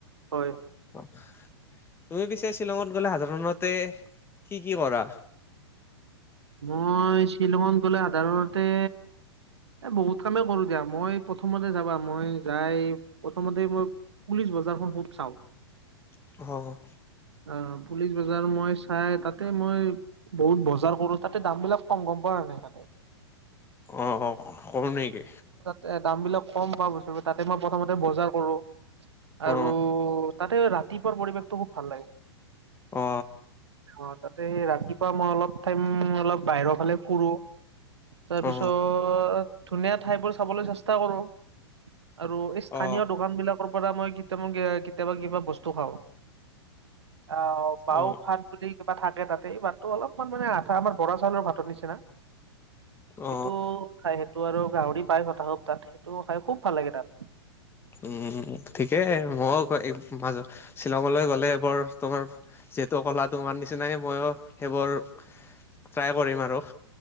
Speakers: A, on the right (about 75°); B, on the left (about 15°).
A: হয়।
B: অহ, তুমি পিছে শ্বিলঙত গলে সাধাৰণতে কি -কি কৰা?
A: মই শ্বিলঙত গ'লে সাধাৰণতে এ বহুত কামেই কৰো দিয়া মই প্ৰথমতে যাবা মই যাই প্ৰথমতেই মই পুলিচ বজাৰখন খুব চাওঁ
B: <unintelligible>
A: অ, পুলিচ বজাৰ মই চাই তাতে মই বহুত বজাৰ কৰো। তাতে দামবিলাক কম গম পোৱা নাই তাতে?
B: অ', অ', কম নেকি?
A: তে দাম বিলাক কম পাও বস্তুবোৰ তাতে মই প্ৰথমতে বজাৰ কৰো। আৰু
B: অ
A: তাতে ৰাতিপুৱাৰ পৰিৱেশটো খুব ভাল লাগে।
B: অ
A: অ তাতে সেই ৰাতিপুৱা মই অলপ টাইম অলপ বাহিৰৰ ফালে ফুৰোঁ তাৰপিছত
B: অ
A: ধুনীয়া ঠাইবোৰ চাবলৈ চেষ্টা কৰো আৰু এই স্থানীয়
B: অ
A: দোকান বিলাক ৰ পৰা মই কেতি কেতিয়াবা কিবা বস্তু খাওঁ। অ বাও
B: অ
A: ভাত বুলি কিবা থাকে তাতেই বাট টো অলপমান মানে আথা আমাৰ বৰা চাউলৰ ভাতৰ নিচিনা। সেইটো
B: অ
A: খাই সেইটো আৰু গাহৰি পায় হতাশব তাত সেইটো খাই খুব ভাল লাগে তাত।
B: উম ঠিকেই মই মাজত শ্বিলঙলে গ'লে বৰ তোমাৰ যিহেতু কলা তোমাৰ নিচিনাই ময়ো সেইবোৰ ট্ৰাই কৰিম আৰু।